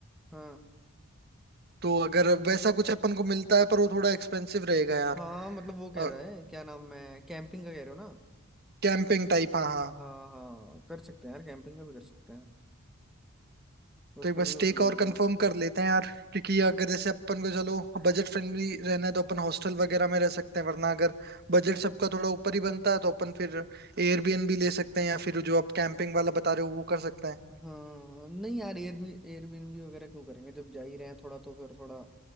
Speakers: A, in the centre; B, on the right.
A: हाँ
B: तो अगर वैसा कुछ अपन को मिलता है पर वो थोड़ा एक्सपेंसिव रहेगा यार
A: हाँ मतलब वो कह
B: और
A: रहा है क्या नाम है कैंपिंग का कह रहे हो ना
B: कैंपिंग टाइप हाँ हाँ
A: हाँ हाँ कर सकते हैं यार कैंपिंग का भी कर सकते हैं
B: तो
A: उसके
B: एक बार
A: लिए
B: स्टे
A: भी
B: का और कंफर्म
A: बना
B: कर लेते हैं यार क्योंकि
A: हाँ
B: अगर जैसे अपन को चलो बजट फ्रेंडली रहना है तो अपन हॉस्टल वगैरह में रह सकते हैं वरना अगर बजट सबका थोड़ा ऊपर ही बनता है तो अपन फिर एयरबीएनबी ले सकते हैं या फिर जो आप कैंपिंग वाला बता रहे हो वो कर सकते हैं
A: नहीं यार एयरबी एयरबीएनबी वगैरह क्यों करेंगे जब जा ही रहे हैं थोड़ा तो फिर थोड़ा